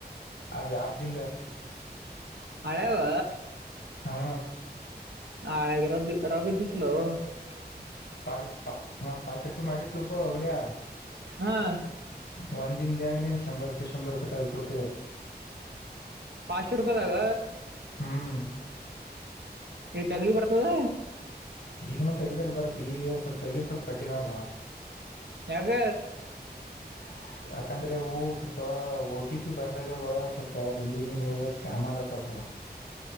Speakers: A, on the left (about 90°); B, on the right (about 90°).
A: ಅದ ಯಾಪ್ ದಿದ
B: ಹಳೆವ
A: ಹಾ
B: ಹಾ ರ ರಗ ಜತ್ಲು <unintelligible>
A: ಪ ಮ ಪಸ <unintelligible> ರೂಪೆ ಮಾಡಿ ತಿಳಕೋ ಉಡಿಯ
B: ಹಾ
A: ಒಂದ್ ದಿನದಾಗ ನೀನ್ ಶಂಬರ್ ರೂಪಾಯಿ ಶಂಬರ್ ರೂಪಾಯಿ ತಗ್ದ ಕೊಡ್ತೀವಿ
B: <unintelligible> ಪಚ್ಶ ರೂಪಾಯಿದಾಗ
A: ಹ್ಮ್
B: ಈಗ ತಗಲಿ ಬರ್ತದ
A: ಈಗನು ತೆಗಿಬೇಕ್ ಬರತ್ ಈಗ ಸ್ವಲ್ಪ್ ತಗೀ ಸ್ವಲ್ಪ್ ಕಠಿಣ ಬಾ
B: ಯಾಕ್
A: <inaudible> ಯಾಕಂದ್ರೆ ಒ ಸ್ವಲ್ಪ ಓ ಟಿ ಪಿ ಬರ್ದಾಗ್ಯವ ಸ್ವಲ್ಪ ರಿನೀವ್ ಸ್ಕ್ಯಾಮ್ ಆಗತವ ಹ <inaudible>